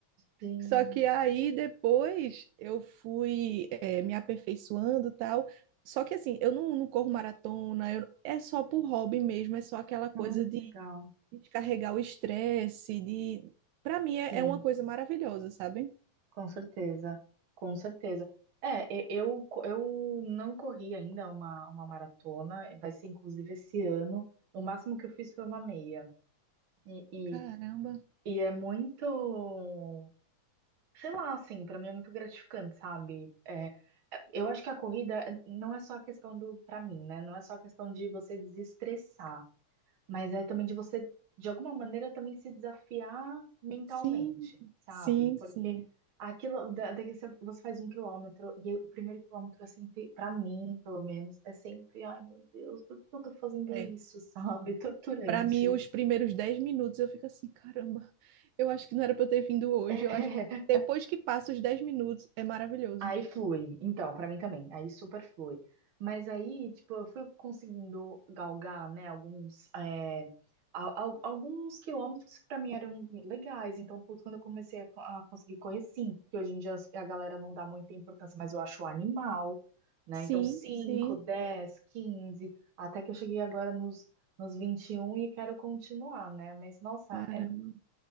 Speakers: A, on the right (about 50°); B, on the right (about 80°).
A: Gente.
B: Só que aí depois eu fui eh, me aperfeiçoando e tal. Só que assim, eu não, não corro maratona, eu- é só por hobby mesmo, é só aquela coisa
A: Ah,
B: de
A: legal.
B: descarregar o estresse, de... Pra mim é,
A: Sim,
B: é uma coisa maravilhosa, sabe?
A: com certeza. Com certeza. É, e- eu, co- eu não corri ainda uma, uma maratona, vai ser inclusive esse ano. O máximo que eu fiz foi uma meia. E,
B: Caramba.
A: e, e é muito. sei lá, assim, pra mim é muito gratificante, sabe? É, é, eu acho que a corrida eh, não é só a questão do, pra mim, né? Não é só a questão de você desestressar, mas é também de você, de alguma maneira, também se desafiar mentalmente,
B: Sim,
A: sabe?
B: sim,
A: Porque
B: sim.
A: aquilo, da- daqui você você faz um quilômetro e o primeiro quilômetro é sempre, pra mim, pelo menos, é sempre, ai meu Deus, por que eu tô fazendo
B: É.
A: isso, sabe? Torturante.
B: Para mim, os primeiros 10 minutos eu fico assim, caramba, eu acho que não era pra eu ter vindo hoje.
A: <laughs>
B: Eu acho que depois que passa os 10 minutos, é maravilhoso.
A: Aí flui. Então, pra mim também. Aí super flui. Mas aí, tipo, eu fui conseguindo galgar, né, alguns, é, al- al- alguns quilômetros que pra mim eram legais. Então, putz, quando eu comecei a, co- a conseguir correr cinco, que hoje em dia as- a galera não dá muita importância, mas eu acho animal, né?
B: Sim,
A: Então, cinco,
B: sim.
A: dez, quinze, até que eu cheguei agora nos, nos 21 e quero continuar, né? Mas, nossa,
B: Caramba.
A: é